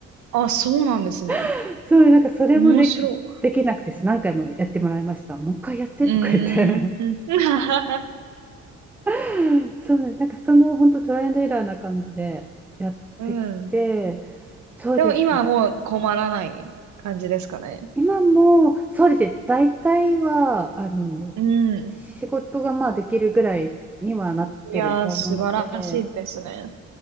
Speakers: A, on the right; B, in the centre.
A: あ、そうなんですね。
B: <laughs> そう、なんかそれもで、
A: 面白
B: できなくて、そう何回もやってもらいました。もう一回やってとか言って。
A: い。うーん。<laughs>
B: <laughs> そうね、なんかその本当トライアンドエラーな感じでやってきて、
A: うん。
B: そうですね。
A: でも今はもう困らない感じですかね。
B: 今も、そうですね、大体は、あの、
A: うん。
B: 仕事がまあできるぐらいにはなってると思うので、
A: いやー、素晴らしいですね。